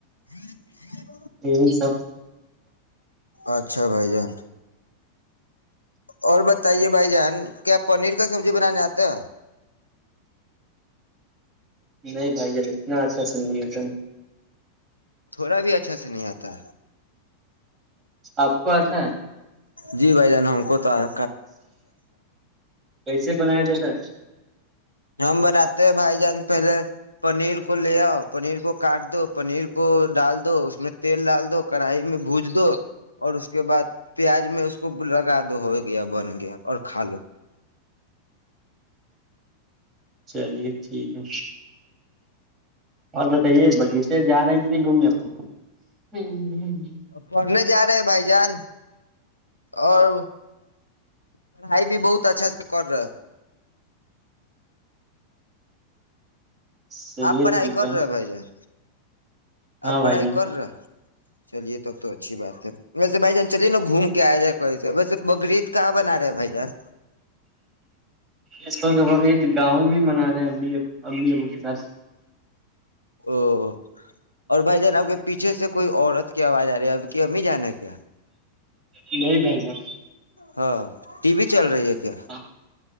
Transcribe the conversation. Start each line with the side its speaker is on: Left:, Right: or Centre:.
Left: ایک ایک
Right: یہی سب
Left: اچھا بھائی جان اور بتائیے بھائی جان کیا پنیر کا سبزی بنانے آتا ہے
Right: نہیں بھائی جل اتنا اچھا سنے سن
Left: تھوڑا بھی اچھا سے نہیں آتا
Right: آپ کو آتا ہے
Left: جی بھائی جان ہم کوتا ہے
Right: کیسے بنایا جاتا ہے
Left: ہم بناتے ہیں بھائی جان پہلے پنیر کو لے آؤ پنیر کو کاٹ دو پنیر کو ڈال دو اس میں تیل ڈال دو کڑھائی میں بوج دو اور اس اس کے بعد پیاز میں اس کو لگا دو ہو گیا بن گیا اور کھا لو
Right: چلیے ٹھیک ہے اور بتائیے بغیچے جانے کی ت نہیں گھوم گے آپ کو ہ
Left: پڑھنے جا رہے بھائی جان اور پڑھائی بھی بہت اچھا سے کر رہے
Right: چلیے
Left: آپ پڑھائی
Right: ٹھیک
Left: کر
Right: ہے
Left: رہے ہو بھائی جان
Right: ہاں
Left: آب
Right: بھائی
Left: پڑھائی
Right: جان
Left: کر رہا چلیے تب تو اچھی بات ہے ویس بائی جان چلیے نا گھوم کے آ جائے کر ویسے بگریید کہ بن رہے ہے بائی جان
Right: اس وق گاؤں بھی منا رہے ہیں اب اب ابمی ابو کے ساتھ
Left: او <inaudible> اور بھائی جناب کے پیچھے سے کوئی عورت کی آواز آ رہی ہے ابھی کہ ہمھی جانا ہے کیا
Right: نہیں بھائی جر
Left: ہاں ٹی وی چل رہی ہے کیا
Right: ہاں